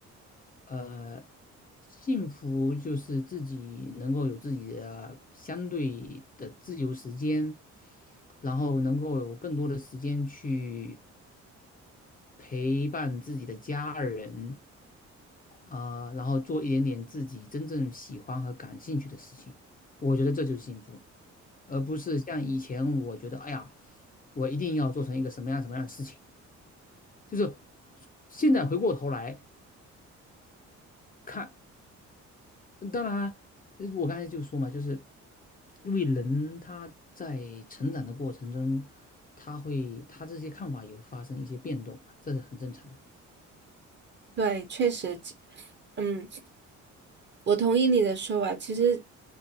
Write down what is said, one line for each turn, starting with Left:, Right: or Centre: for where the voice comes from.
Left: 呃，幸福就是自己能够有自己的相对的自由时间，然后能够有更多的时间去陪伴自己的家人，啊，然后做一点点自己真正喜欢和感兴趣的事情，我觉得这就是幸福，而不是像以前我觉得，哎呀，我一定要做成一个什么样什么样的事情。就是现在回过头来看，当然，呃我刚才就说嘛，就是因为人他在成长的过程中，他会他这些看法也会发生一些变动嘛，这是很正常的。
Right: 对，确实，嗯，我同意你的说法。其实，